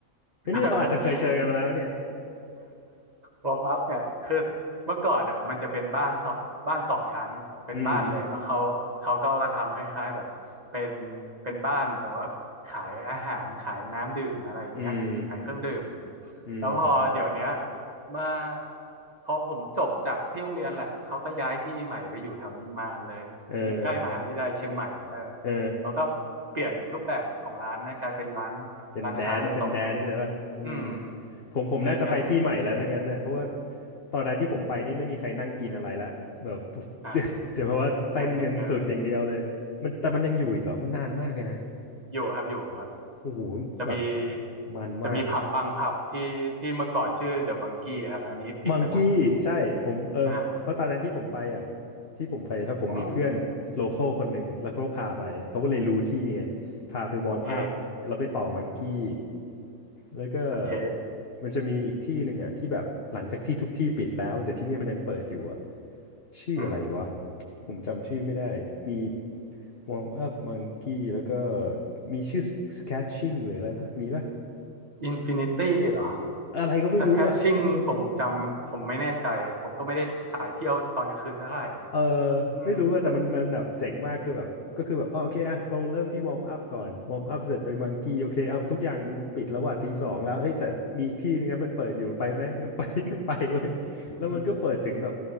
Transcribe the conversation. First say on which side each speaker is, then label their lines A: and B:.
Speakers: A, on the left (about 45°); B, on the right (about 30°).
A: เฮ้ยนี่เราอาจจะเคยเจอกันมาแล้วเนี่ย
B: <laughs> วอร์มอัพเนี่ยคือเมื่อก่อนอ่ะมันจะเป็นบ้านสองบ้านสองชั้นเป็นบ้านเลยแล้วเขาเขาก็มาทำคล้ายๆแบบเป็น
A: <laughs> อืม
B: เป็นบ้านแต่ว่าขายอาหารขายน้ำดื่มอะไรอย่างเงี้ยขายเครื่องดื่ม
A: อืมอืม
B: แล้วพอเดี๋ยวเนี้ยเมื่อพอผมจบจากที่โรงเรียนแหละเขาก็ย้ายที่ใหม่ไปอยู่แถวนิมมานเลยอยู่ใกล้มหาวิทยาลัยเชียงใหม่เออ
A: เออเออ
B: แล้วก็เปลี่ยนรูปแบบของร้านนะกลายเป็นร้าน
A: เป็นแดนเป็นแดนซ์เลยป่ะอืม
B: ร้านค้าโดยตรงเลยอืม
A: ผมผมน่าจะไปที่ใหม่แล้วถ้างั้นเน่ะเพราะว่า
B: มีแดนซ์มีอะไร
A: ตอนนั้นที่ผมไปนี่ไม่มีใครนั่งกินอะไรละแบบ
B: อ่า
A: <laughs> เดี๋ยวเดี๋ยวเพราะว่าเต้นกันสุดอย่างเดียวเลยมันแต่มันยังอยู่อีกเหรอมันนานมากเลยนะ
B: แดนซ์อย่างเดียวเลยอยู่ครับอยู่ครับ
A: โอ้โหแบบ
B: จะมี
A: มันมาก
B: จะมีผับบางผับที่ที่เมื่อก่อนชื่อเดอะมังกี้ครับอันนี้ปิดไปละ
A: มังกี้ใช่ผมเออเพราะตอนนั้นที่ผมไปอ่ะ
B: อ่า
A: ที่ผมไปครับผมมีเพื่อนโลคอลคนหนึ่งแล้วเขาก็พาไปเขาก็เลยรู้ที่ไง
B: โอ้
A: พาไปวอร์มอัพแล้วไปต่อมังกี้
B: โอเค
A: แล้วก็
B: โอเค
A: มันจะมีอีกที่หนึ่งอ่ะที่แบบหลังจากที่ทุกที่ปิดแล้วแต่ที่เนี่ยมันยังเปิดอยู่อ่ะชื่ออะไรวะ
B: อืม
A: ผมจำชื่อไม่ได้มีวอร์มอัพมังกี้แล้วก็มีชื่อสแคชชิ่งหรืออะไรปะมีปะ
B: อินฟินิตี้เหรอ
A: อะไรก็ไม่รู้อ่ะเออ
B: แต่แคชชิ่งผมจำผมไม่แน่ใจผมก็ไม่ได้สายเที่ยวตอนกลางคืนสักเท่าไหร่นะ
A: เออ
B: อืม
A: ไม่รู้อะแต่มันมันแบบเจ๋งมากคือแบบก็คือแบบอ๋อโอเคอะเราเริ่มที่วอร์มอัพก่อนวอร์มอัพเสร็จไปมังกี้โอเคเอาทุกอย่างมันปิดแล้วว่ะตีสองแล้วเอ้ยแต่มีอีกที่นึงนะมันเปิดอยู่ไปไหม <laughs> ก็ไปก็ไปเว้ยแล้วมันก็เปิดถึงแบบ
B: <laughs>